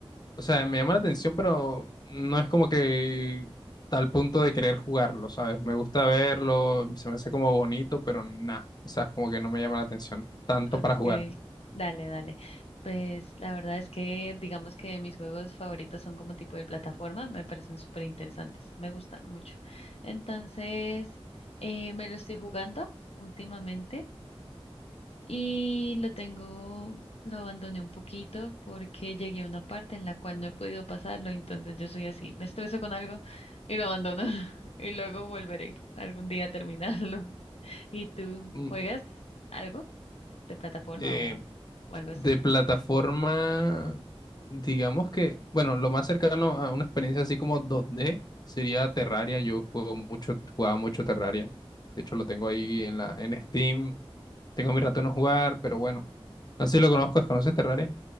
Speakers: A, on the left; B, on the left.
A: o sea, me llama la atención, pero no es como que tal punto de querer jugarlo, ¿sabes? Me gusta verlo, se me hace como bonito, pero nada. O sea, como que no me llama la atención tanto
B: Okay,
A: para jugarlo.
B: dale, dale. Pues la verdad es que digamos que mis juegos favoritos son como tipo de plataforma, me parecen súper interesantes, me gustan mucho. Entonces, eh, me lo estoy jugando últimamente y lo tengo, lo abandoné un poquito porque llegué a una parte en la cual no he podido pasarlo, entonces yo soy así, me estreso con algo y lo abandono <laughs> y luego volveré algún día a terminarlo. <laughs> ¿Y tú
A: Mm,
B: juegas algo? de plataforma
A: eh,
B: o, o algo
A: De
B: así.
A: plataforma, digamos que, bueno, lo más cercano a una experiencia así como dos d sería Terraria. Yo juego mucho, jugaba mucho Terraria. De hecho, lo tengo ahí en la, en Steam. Tengo mi rato de no jugar, pero bueno. No sé si lo conozco, ¿conoces Terraria?